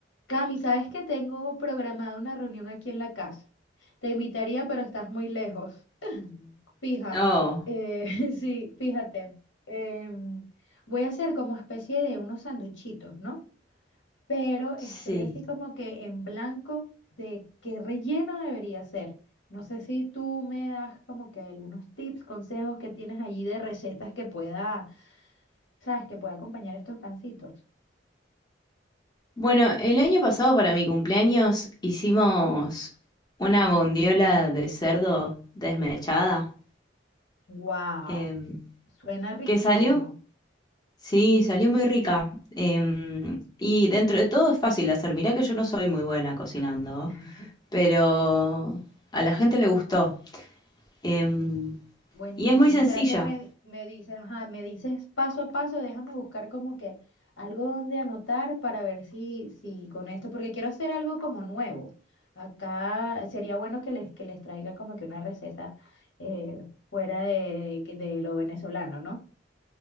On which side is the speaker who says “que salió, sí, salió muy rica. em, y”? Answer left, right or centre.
Left